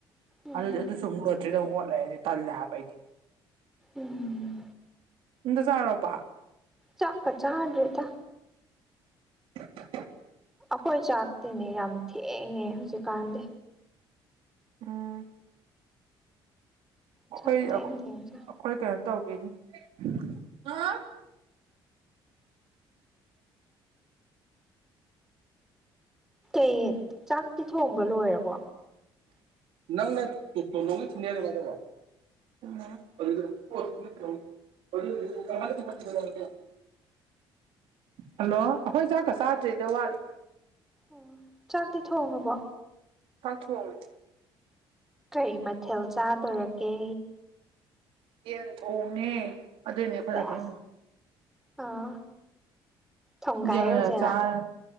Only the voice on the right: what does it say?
ꯑꯗꯨꯗꯤ ꯑꯗꯨꯁꯨ ꯑꯃꯨꯛ ꯂꯣꯇ꯭ꯔꯤꯗꯣ ꯑꯃꯨꯛ ꯑꯣꯠ ꯂꯩꯔꯅꯤ ꯇꯜꯂꯦ ꯍꯥꯏꯕ ꯑꯩꯗꯤ
ꯆꯥꯛ ꯆꯥꯔꯕꯣ
<unintelligible>
ꯎꯝ ꯑꯩꯈꯣꯏ
ꯑꯩꯈꯣꯏ ꯀꯩꯅꯣ ꯇꯧꯒꯤꯅꯤ <unintelligible>
ꯅꯪꯅ ꯇꯣ ꯇꯣꯂꯣꯉꯩ ꯊꯤꯅꯦ ꯍꯥꯏꯗꯣ ꯀꯃꯥꯏ ꯇꯧꯕ <unintelligible> <unintelligible> ꯍꯜꯂꯣ ꯑꯈꯣꯏ ꯆꯥꯛꯀ ꯆꯥꯗ꯭ꯔꯤꯗ ꯋꯥꯠꯂꯤ
ꯆꯥꯛ ꯊꯣꯡꯉꯦ
ꯌꯦꯟ ꯊꯣꯡꯉꯦ ꯑꯗꯨꯏꯅꯦ ꯑꯈꯣꯏ
ꯗꯥ ꯆꯪꯉꯛꯑꯝꯃꯤ
<unintelligible>
ꯆꯥꯔ